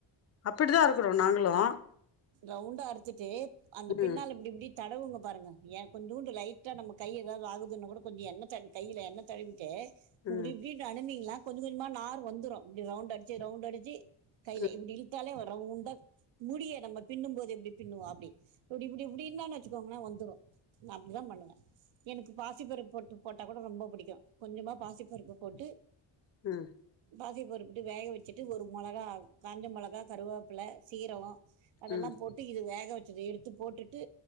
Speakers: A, on the left; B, on the right.
A: அப்டிதா அறுக்குறோ நாங்களு
B: ரவுண்டா அறுத்துட்டு அந்த
A: ம்
B: பின்னால இப்டி இப்டி தடவுங்க பாருங்க எ கொஞ்சுண்டு லைட்டா நம்ம கை எதாது ஆகுதுனாகூட கொஞ்சோ எண்ண தட கைல எண்ண தழுவிட்டு
A: ம்
B: இப்டி இப்டி அனுப்னீங்ளா கொஞ்ச கொஞ்சமா நார் வந்துரு இப்டி ரவுண்ட் அடிச்சு ரவுண்ட் அடிச்சு கைல
A: ம்
B: இப்டி இழுத்தாலே ஒ ரவுண்டா முடிய நம்ம பின்னும்போது எப்டி பின்னுவோ அப்டி இப்டி இப்டி இப்டி இருந்தான் வெச்சுக்கோங்ள வந்துரு நா அப்டிதா பண்ணுவே எனக்கு பாசிப்பருப்பு போட்டு போட்டா கூட ரொம்ப புடிக்கு கொஞ்சமா பாசிப்பருப்பு போட்டு
A: ம்
B: பாசி பருப்புட்டு வேக வெச்சுட்டு ஒரு மொளகா காஞ்ச மொளகா கருவேப்பில சீரவோ அதல்லா
A: ம்
B: போட்டு இது வேக வெச்சத எடுத்து போட்டுட்டு